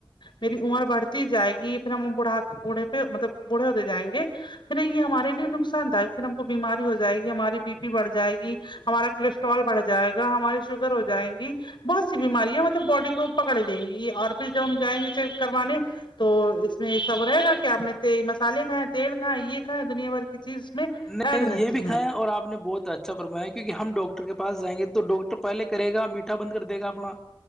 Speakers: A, on the left; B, in the centre.
A: میری عمر بڑھتی جائے گی پھر ہم بڑھات بوڑھے پہ مطلب بوڑھے ہوتے جائیں گے پھر یہ ہمارے نقصان داک پھر ہم کو بیماری ہو جائے گی ہماری بی پی بڑھ جائے گی ہمارا کولیسٹرول بڑھ جائے گا ہماری شوگر ہو جائے گی بہت سی بیماری ہے مطلب باڈی کو پکڑ لیں گی اور پھر جب ہم جائیں گے چیک کروانے تو اس میں سب رہے گا کہ آپ نے مسالے کھیں تیل کھ یہ کھیں دنیا بھر کی چیز اس میں
B: نہیں
A: ایڈ رہتی
B: یہ بھی
A: ہے
B: کھایا اور آپ نے بہت اچھا اچھا پررم ہے کیک ہم ڈاکٹر کے پس جائیں گ تو ڈاکٹر پہلے کر گا میٹھا بند کر د گا اپنا